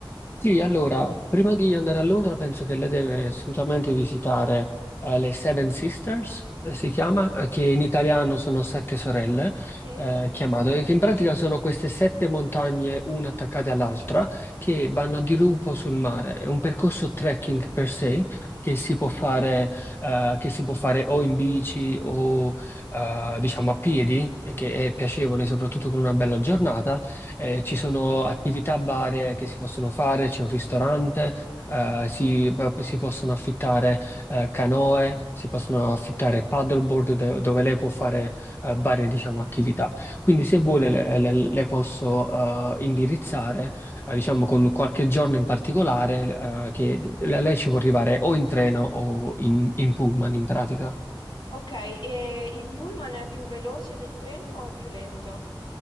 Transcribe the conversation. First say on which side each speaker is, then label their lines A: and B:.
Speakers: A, on the left; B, on the left.
A: Sì, allora, prima di andare a Londra penso che lei deve assolutamente visitare eh, le Seven Sisters, eh, si chiama, eh, che in italiano sono sette sorelle,
B: Sì?
A: eh, chiamate, che in pratica sono queste sette montagne, una attaccate all'altra, che vanno a dirupo sul mare. È un percorso trekking per sé che si può fare, eh, che si può fare o in bici o eh, diciamo a piedi, e che è piacevole soprattutto con una
B: Mm?
A: bella giornata Eh, ci sono attività varie che si possono fare, c'è un ristorante, eh, si, eh, si possono affittare eh, canoe, si possono affittare paddleboard de- dove lei può fare eh, varie, diciamo, attività. Quindi se vuole le, le- le posso eh, indirizzare, eh, diciamo, con qualche giorno in particolare eh, che lei lei ci può arrivare o in treno o in in pullman in pratica.
B: Ok, e il pullman è più veloce del treno o è più lento?